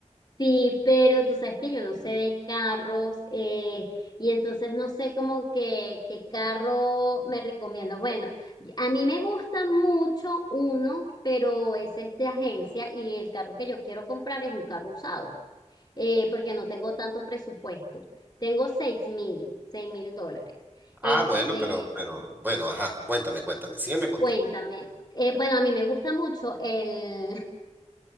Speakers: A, on the left; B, on the right.
A: Sí, pero tú sabes que yo no sé de carros eh, y entonces no sé como que qué carro me recomiendas. Bueno, a mí me gusta mucho uno, pero ese es de agencia y el carro que yo quiero comprar es un carro usado eh, porque no tengo tanto presupuesto. Tengo seis mil, seis mil dólares. Este,
B: Ah, bueno, pero, pero, bueno, ajá, cuéntame, cuéntame, sígueme contando.
A: cuéntame. Eh, bueno, a mí me gusta mucho el,